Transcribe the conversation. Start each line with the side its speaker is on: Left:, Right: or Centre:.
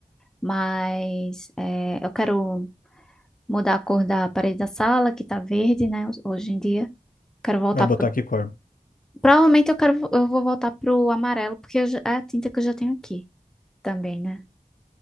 Centre: Mas é, eu quero mudar a cor da parede da sala, que tá verde, né, hoje em dia. Quero voltar
Left: Vai botar
Centre: pro...
Left: que cor?
Centre: Provavelmente eu quero, eu vou voltar pro amarelo, porque eu já- é a tinta que eu já tenho aqui também, né?